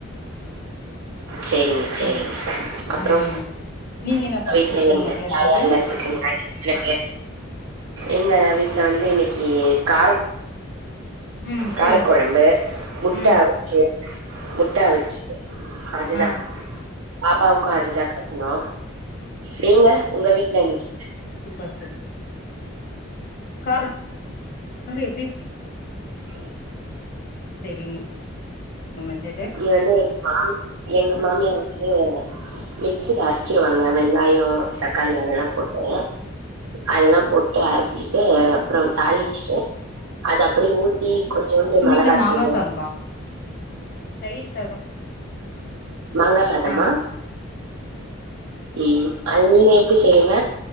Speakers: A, on the right (about 85°); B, on the left (about 50°).
A: சேரிங்க
B: சொல்லுங்
A: சேரிங்க அப்பறோ
B: ம் நீங்க
A: உங்க
B: என்னப்பா
A: வீட்ல
B: ஸ்பெஷல்
A: என்ன
B: மதியானத்துக்கு
A: யார் யாரெல்லா இருக்குறீங்க சில பேர் எங்க வீட்ல வந்து இன்னக்கி காரக்
B: ம்
A: காரக்கொழம்பு
B: சொல்லுங்ப்பா
A: முட்ட
B: ம்
A: அவிச்சி முட்டா அவிச்சி அதுதா
B: ஆ
A: பாப்பாவுக்கு அதுதா கட்னோ நீங்க உங்க வீட்ல இன்னக்கி
B: பிக் பாஸ் <inaudible> வந்து எப்டி
A: <inaudible>
B: செய்வீங்க மெத்தடு
A: எண்ணெய் எடுப்போ எங்க மாமியார் வீட்லயே மிக்சில அரச்சிருவாங்க வெங்காயோ தக்காளி அதெல்லா போட்டு அதெல்லா போட்டு அரச்சிட்டு அப்பறோ தாளிச்சிட்டு அத அப்டி ஊத்தி கொஞ்சோண்டு
B: எங்க
A: மெளகா
B: வீட்ல மாங்கா
A: தூளு
B: சாதம்பா தயிர் சாதம்
A: மாங்காசாதமா
B: ஆ
A: ம் அது நீங்க எப்டி செய்வீங்க